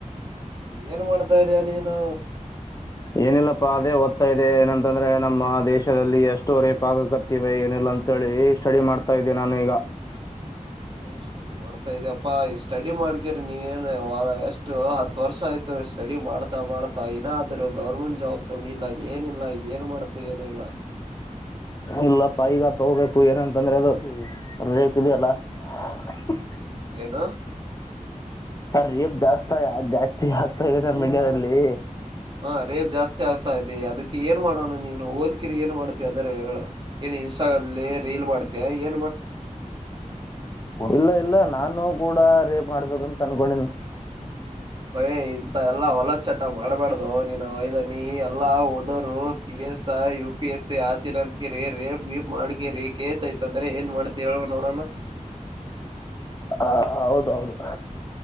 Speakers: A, on the right; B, on the left.
A: ಏನ್ ಮಾಡ್ತಾ ಇದಯ ನೀನು
B: ಏನಿಲ್ಲಪ್ಪ ಅದ ಓದ್ತಾ ಇದೆ ಏನಂತಂದ್ರೆ ನಮ್ಮ ದೇಶದಲ್ಲಿ ಎಷ್ಟುವರೆ ಪಾಗ ಕತ್ತೆ ಏನಿಲ್ಲ ಅಂತ ಹೇಳಿ ಸ್ಟಡಿ ಮಾಡ್ತಾ ಇದ್ದೆ ನಾನು ಈಗ
A: ಏನ್ ಸ್ಟಡಿ ಮಾಡ್ತಾ ಇದ್ಯಪ್ಪಾ ಈ ಸ್ಟಡಿ ಮಾಡ್ಕಿರಿ ನೀ ಏನು ಎಷ್ಟು ಹತ್ತು ವರ್ಷ ಆಯತು ಸ್ಟಡಿ ಮಾಡ ಮಾಡ್ತಾ ಇನ್ನ ಆದ್ರು ಗೌರ್ಮೆಂಟ್ ಜಾಬ್ ತಗೊಂಡಿಲ್ಲ ಏನಿಲ್ಲ ಏನ್ ಮಾಡ್ತು ಏನಿಲ್ಲ
B: ಇಲ್ಲಪ್ಪ ಈಗ ತಗೋಬೇಕು ಏನಂತಂದ್ರೆ ಅದು ರೇಟ್ ಇ ಅಲ್ಲ ಹ್ಮ್
A: ಏನ
B: ರೇಪ್ ಜಾಸ್ತ ಜಾಸ್ತಿ ಆಗ್ತ ಇದೆ ನ ಮಂಡ್ಯಲ್ಲಿ
A: ಹಾ ರೇಪ್ ಜಾಸ್ತಿ ಆಗ್ತಾ ಇದೆ ಅದಕ್ಕೆ ಏನ್ ಮಾಡೋಣ ನೀನು ಓದ ಕಿರಿ ಏ ಮಾಡತಿವಿ ಅದ್ರೆ ಏನ್ ಇನ್ಸ್ಟಾಗಲ್ಲಿ ರೀಲ್ ಮಾಡ್ತಾ ಏ
B: ಇಲ್ಲ ಇಲ್ಲ ನಾನು ಕೂಡ ರೇಪ್ ಮಾಡ್ಬೇಕಂತ ಅನ್ಕೊಂಡನ್
A: ಒಯ್ ಇಂತ ಎಲ್ಲಾ ಹೊಲದ್ ಚಟ ಮಾಡ್ಬಾರಡ್ದು ನೀನು ಒಯ್ದನಿ ಎಲ್ಲಾ ಹಓದೋರು ಪ ಎ ಯು ಪಿ ಎಸ್ ಸಿ ಆತ ಅಂತಕಿರಿ ರೇ ಗಪ್ ಮಾಡ್ಕಿರಿ ಕಸ್ ಯತ ಅಂದ್ರೆ ಏನ್ ಮಾಡ್ತ ನೋಡಿ ಹ
B: ಹ ಹೌದೌದು